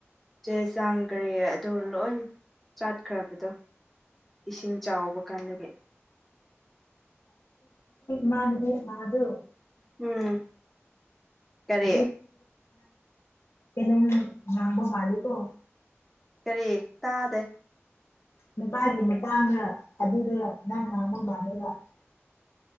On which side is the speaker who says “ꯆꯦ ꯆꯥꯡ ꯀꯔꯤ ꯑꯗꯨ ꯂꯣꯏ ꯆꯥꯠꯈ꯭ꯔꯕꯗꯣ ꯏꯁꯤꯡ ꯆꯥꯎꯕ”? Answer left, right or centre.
Centre